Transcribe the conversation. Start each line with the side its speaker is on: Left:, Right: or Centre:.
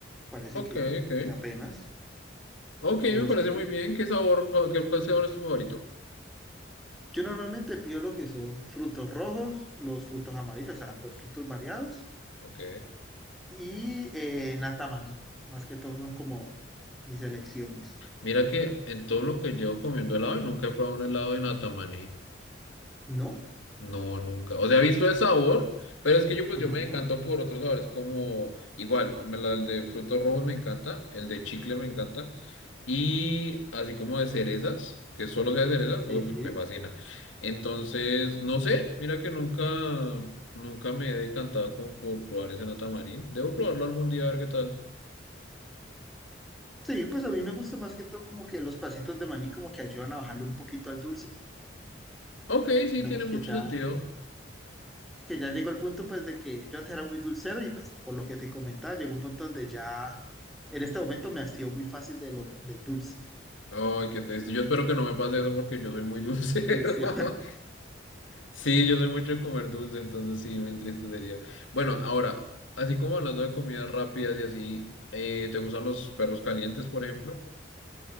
Centre: parece
Left: Ok,
Centre: que,
Left: ok.
Centre: que apenas.
Left: Ok,
Centre: ¿Y
Left: me
Centre: vos
Left: parece
Centre: qué?
Left: muy bien. ¿Qué sabor, fa- qué, cuál sabor es tu favorito?
Centre: Yo normalmente pido lo que son frutos rojos, los frutos amarillos, o sea, los frutos variados
Left: Ok.
Centre: y eh, nata maní. Más que todo son como mis elecciones.
Left: Mira que en todo lo que llevo comiendo helado, nunca he probado un helado de natamaní.
Centre: ¿No?
Left: No, nunca. O sea, he visto el sabor, pero es que yo pues
Centre: Ujú,
Left: yo me decanto por otros sabores, como igual, me la- el de frutos rojos me encanta, el de chicle me encanta, y así como de cerezas, que solo sea de cerezas, uf,
Centre: Sí.
Left: me fascina. Entonces, no sé, mira que nunca, nunca me he decantado como por probar ese natamarí. Debo probarlo algún día a ver qué tal.
Centre: Sí, pues a mí me gusta más que todo como que los pasitos de maní como que ayudan a bajarle un poquito al dulce.
Left: Ok, sí,
Centre: Digamos
Left: tiene mucho
Centre: que ya,
Left: sentido.
Centre: que ya llegó el punto pues de que yo antes era muy dulcero y pues por lo que te comentaba, llegó un punto donde ya en este momento me hastío muy fácil de lo, del dulce.
Left: Ay, qué triste. Yo espero que no me pase eso porque yo soy muy <laughs> dulcero.
Centre: Pues, sí.
Left: Sí, yo soy mucho de comer dulce, entonces sí, me entristecería. Bueno, ahora, así como hablando de comidas rápidas y así, eh, ¿te gustan los perros calientes, por ejemplo?